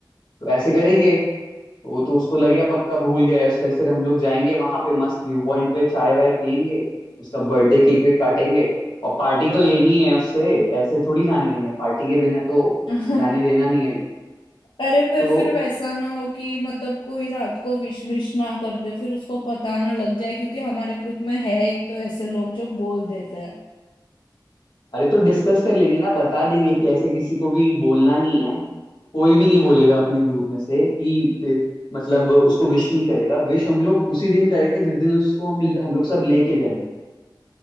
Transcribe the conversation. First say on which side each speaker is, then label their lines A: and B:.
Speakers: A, on the left; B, on the left.
A: तो ऐसे करेंगे तो वो तो उसको लगेगा पक्का भूल गया है उसके बाद फिर हम लोग जाएंगे वहां पे मस्त व्यू पॉइंट पे चाय वाय पियेंगे उसका बर्थडे केक वेक काटेंगे और पार्टी तो लेनी है उससे ऐसे थोड़ी जाने देंगे पार्टी के बिना तो
B: <laughs>
A: जाने देना नहीं है
B: अरे फिर
A: तो
B: फिर वैसा ना हो कि मतलब कोई रात को विश विश ना कर दे फिर उसको पता ना लग जाए क्योंकि हमारे ग्रुप में है एक तो ऐसे लोग जो बोल देते हैं
A: अरे तो डिस्कस कर लेंगे ना बता देंगे कि ऐसे किसी को भी बोलना नहीं है कोई भी नहीं बोलेगा अपने ग्रुप में से कि ते- मतलब उसको विश नहीं करेगा विश हम लोग उसी दिन करेंगे जिस दिन उसको हम हम लोग सब लेके जाएंगे